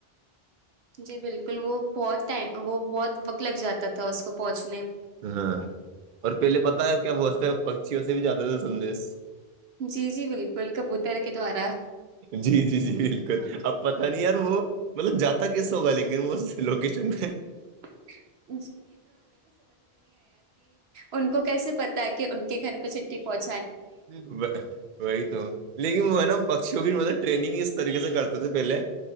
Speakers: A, on the right (about 75°); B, on the right (about 55°).
A: جی بالکل وہ بہت ٹم وہ بہت وقت لگ جاتا تھا اس کو پہنچ
B: ہاں اور پہلے پتا ہے کیا ب پکچیوں سے بھی جاتے تھے سندیش
A: جی جی بالکل کبوتر کے دوارا
B: جی جی جی بالکل اب پتہ نہیں یار وہ مطلب جاتا کیسا ہوگا لیکن وہ لوکیشن پہ
A: <inaudible> ان کو کیسے پتا ہے کہ ان کے گھر پہ چھٹی پہنچی
B: <inaudible> لیکن وہ ہے نا پکچیوں کی مطلب ٹریننگ اس طریقے سے کرتے تھے پہلے